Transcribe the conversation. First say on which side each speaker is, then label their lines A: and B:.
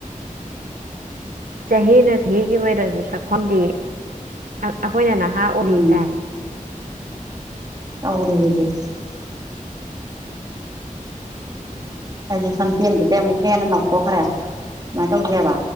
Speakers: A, on the right; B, on the right.
A: ꯆꯍꯤꯅ ꯆꯍꯤꯒꯤ ꯑꯣꯏꯅꯗꯁꯨ ꯁꯛꯈꯣꯗꯤ ꯑꯩꯈꯣꯏꯅ ꯅꯍꯥ ꯎꯔꯤ
B: ꯎꯝ
A: ꯇꯥꯔꯦ
B: <unintelligible> ꯑꯩꯁꯦ ꯁꯝꯇꯦꯟꯒꯤꯗ ꯑꯃꯨꯛꯀ ꯍꯦꯟꯅ ꯅꯧꯊꯣꯛꯈ꯭ꯔꯦ ꯁꯨꯃꯥꯏꯅ ꯇꯧꯁꯦꯕ